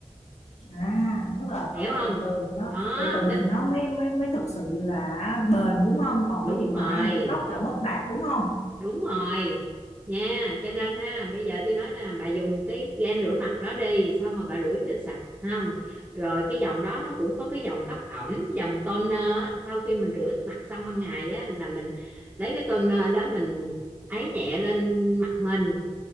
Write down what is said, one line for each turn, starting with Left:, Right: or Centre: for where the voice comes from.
Left: À, tức là
Right: hiểu
Left: phải
Right: không
Left: từ từ thì nó
Right: đó
Left: từ từ
Right: đó
Left: thì nó mới mới mới thực sự là bền đúng không? Còn
Right: đúng
Left: cái gì mà
Right: rồi
Left: dục tóc là bất đạt đúng không?
Right: đúng rồi nha cho nên ha bây giờ tôi nói là bà dùng cái gel rửa mặt đó đi xong rồi bà rửa cho sạch không rồi cái dòng đó nó cũng có cái dòng cấp ẩm dòng toner á. sau khi mình rửa mặt xong ban ngày á là mình lấy cái toner đó mình ấy nhẹ lên mặt mình